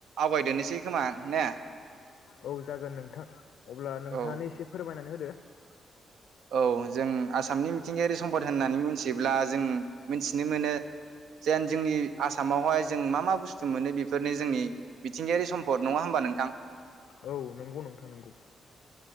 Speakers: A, on the right (about 70°); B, on the left (about 80°).
A: आवगायदोननोसै खोमा ने?
B: औ जागोन नोंथां । अब्ला नोंथाङानो
A: औ
B: एसे फोरमायनानै होद दे ।
A: औ जों आसामनि मिथिंगायारि सम्पद होननानै मिथिब्ला जों मिथिनो मोनो जेन जोंनि आसामावहाय जों मा मा बुस्थु मोनो बेफोरनि जोंनि मिथिंगायारि सम्पद नङा होमबा नोंथां?
B: औ नंगौ नोंथां नंगौ ।